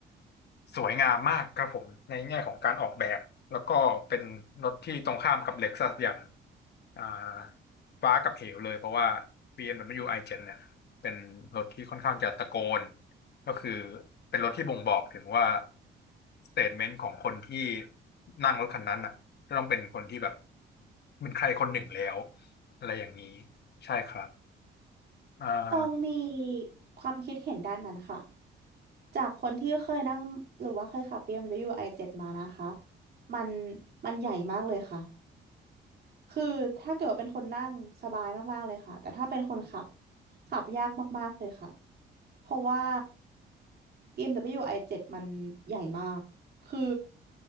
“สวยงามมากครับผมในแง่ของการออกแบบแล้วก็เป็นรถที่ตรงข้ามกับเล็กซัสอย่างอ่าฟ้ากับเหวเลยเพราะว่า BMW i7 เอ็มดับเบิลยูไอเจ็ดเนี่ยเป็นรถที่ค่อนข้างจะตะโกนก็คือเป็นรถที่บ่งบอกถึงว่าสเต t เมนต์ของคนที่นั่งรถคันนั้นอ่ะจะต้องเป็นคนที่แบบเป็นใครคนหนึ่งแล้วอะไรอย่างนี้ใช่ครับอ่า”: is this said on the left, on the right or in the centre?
Left